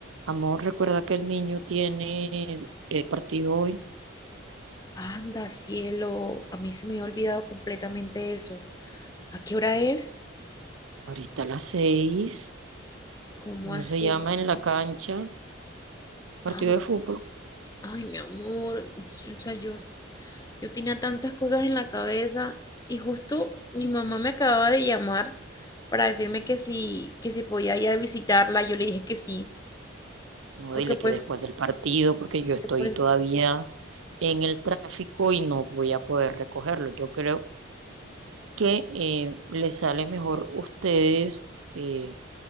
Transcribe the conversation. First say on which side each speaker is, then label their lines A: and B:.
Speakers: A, on the right (about 85°); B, on the left (about 20°).
A: Amor, recuerda que el niño tiene el partido hoy,
B: Anda, cielo, a mí se me había olvidado completamente eso. ¿A qué hora es?
A: ahorita a las seis.
B: ¿Cómo
A: ¿Cómo
B: así?
A: se llama en la cancha?
B: Ah,
A: Partido de fútbol.
B: ay, mi amor, yo- o sea, yo, yo tenía tantas cosas en la cabeza y justo mi mamá me acababa de llamar para decirme que si, que si podía ir a visitarla, yo le dije que sí,
A: No,
B: porque
A: dile
B: pues,
A: que después del partido, porque yo estoy
B: que pues,
A: todavía en el tráfico y no voy a poder recogerlo. Yo creo que eh, les sale mejor ustedes eh,